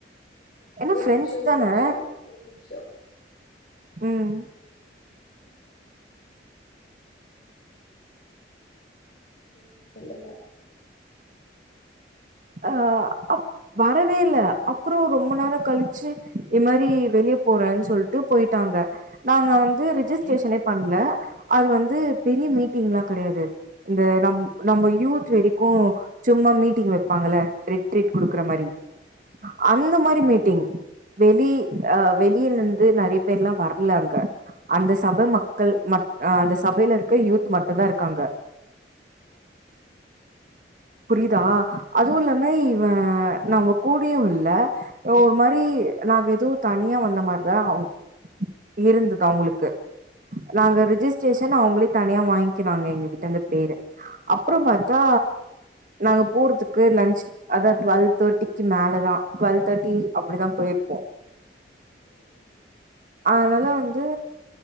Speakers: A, on the left (about 55°); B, on the right (about 45°).
A: ம்
B: என்னா
A: ஒரு
B: ஃப்ரெண்ட்ஸ்
A: நிமிஷோ ஒரு
B: தானே
A: நிமிஷோ ஒரு நிமிஷோ
B: ம்
A: ம் ம் சொல்லுங்க
B: ஆ அப் வரவே இல்ல அப்றோ ரொம்ப நேரோ கழிச்சு இ மாரி வெளிய போறேன் சொல்ட்டு போயிட்டாங்க நாங்க வந்து ரிஜிஸ்ட்ரேஷனே பண்ல அது வந்து பெரிய மீட்டிங்லா கெடையாது இந்த நம் நம்ம யூத் வரைக்கூ சும்மா மீட்டிங் வெ பாங்கள ரிட் ட்ரீட்
A: ஆ
B: குடுக்கற
A: ஆ
B: மாரி
A: ஆ ஆ
B: அந்த மாரி மீட்டிங் வெளி அ வெளியில இருந்து நெறய பேர்ல்லா வரல அங்க அந்த சப மக்கள் மக் அ அந்த சபையில இருக்க யூத் மட்டு தா இருக்காங்க
A: ஆ
B: புரியுதா அதுவும் இல்லாம இவன் நம்ம கூடயு இல்ல ஒரு மாரி நாங்க எதுவு தனியா வந்த மாரிதா அவ் இருந்தது அவ்ங்களுக்கு நாங்க ரிஜிஸ்ட்ரேஷன் அவங்களே தனியா வாங்கினாங்க எங்கிட்ட இருந்து பேரு அப்புறோ பாத்தா நாங்க போறதுக்கு லன்ச் அதா டுவல் தேர்ட்டிக்கு மேலதா டுவல் தேர்டி அப்டிதா போயிருப்போ
A: ம்ம்
B: அதனால வந்து